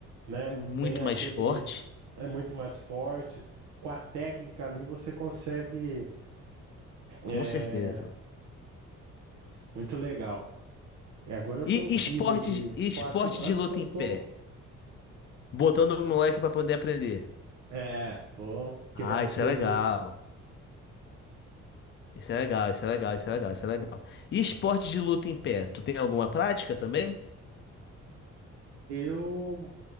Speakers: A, on the right; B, on the left.
A: né?
B: E
A: Não
B: muito
A: tem aquele.
B: mais forte,
A: É muito mais forte. Com a técnica ali, você consegue. É,
B: com certeza.
A: muito legal. E agora eu
B: E
A: tenho um
B: esporte,
A: filho de
B: esporte
A: quatro anos
B: de luta
A: que eu
B: em pé,
A: tô.
B: botando o moleque para poder aprender.
A: É, tô querendo
B: Ah, isso
A: que
B: é
A: ele.
B: legal. Isso é legal, isso é legal, isso é legal, isso é legal. E esporte de luta em pé? Tu tem alguma prática também?
A: Eu